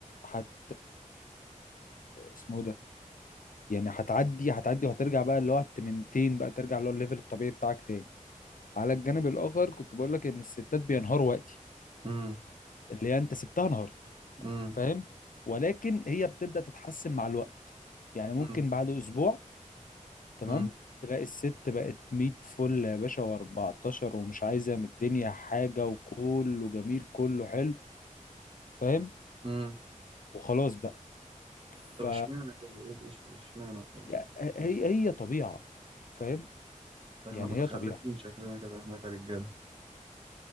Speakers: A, on the left; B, on the right.
A: هت اسمه إيه ده يعني هتعدي هتعدي وهترجع بقى اللي هو التمنتين بقى ترجع اللي هو الليفل الطبيعي بتاعك تاني على الجانب الاخر كنت بقول لك ان الستات بينهاروا وقتي
B: امم
A: اللي هي انت سبتها انهارت
B: امم
A: فاهم ولكن هي بتبدأ تتحسن مع الوقت يعني ممكن
B: امم
A: بعد اسبوع تمام
B: امم
A: تلاقي الست بقت 100 فل يا باشا و14 ومش عايزه من الدنيا حاجه وكله جميل كله حلو فاهم
B: امم
A: وخلاص بقى
B: طب
A: ف
B: اشمعنى كده ايه ايش اشمعنى الحوار ده
A: يع- هي هي طبيعه فاهم
B: ده
A: يعني
B: احنا متخلفين
A: هي طبيعه
B: شكلنا كده احنا كرجالة